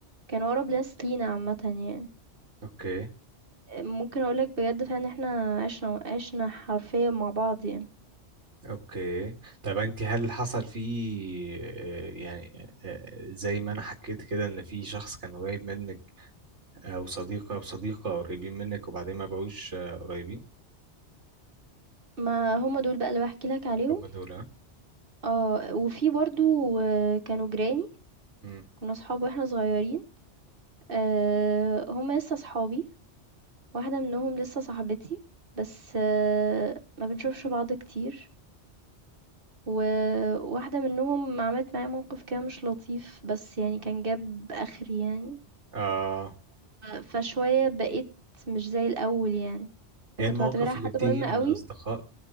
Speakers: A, on the right (about 50°); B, on the right (about 85°).
A: كانوا أقرب ناس لينا عامة يعني
B: اوكي
A: ممكن أقولك بجد فعلا احنا عشنا عشنا حرفيا مع بعض يعني
B: اوكي طب انت هل حصل فيه آه، يعني آه، زي ما انا حكيت كده ان في شخص كان قريب منك او صديق او صديقه قريبين منك وبعدين ما بقوش آه، قريبين
A: ما هما دول بقى اللي بحكي لك عليهم
B: هم دول ها
A: اه وفي برضو آه، كانوا جيراني
B: امم
A: كنا صحاب واحنا صغيرين آه، هما لسه صحابي واحدة منهم لسه صاحبتي بس آه، ما بنشوفش بعض كتير وواحدة منهم عملت معايا موقف كده مش لطيف بس يعني كان جاب آخري يعني
B: اه
A: فشوية بقيت مش زي الأول يعني
B: هي المواقف
A: كنت بعتبرها حد
B: اللي بتيجي
A: مهم
B: من
A: قوي
B: الاصدقاء